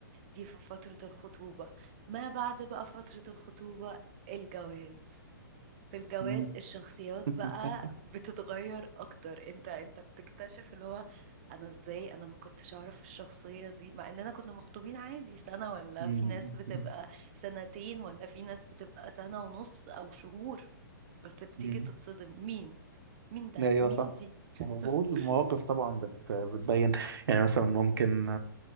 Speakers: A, on the right (about 35°); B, on the right (about 80°).
A: دي في فترة الخطوبة ما بعد بقى فترة الخطوبة الجواز في الجواز
B: مم.
A: الشخصيات
B: <laughs>
A: بقى بتتغير اكتر انت انت بتكتشف اللي هو انا ازاي انا ما كنتش اعرف الشخصية دي مع اننا كنا مخطوبين عادي سنة ولا
B: مم.
A: في ناس بتبقى
B: مم.
A: سنتين ولا في ناس بتبقى سنة ونص او شهور بس بتيجي
B: مم.
A: تتصدم مين مين ده
B: ايوه
A: مين
B: صح
A: دي
B: مفهوم المواقف
A: <clears throat>
B: طبعا بت بتبين يعني مثلا ممكن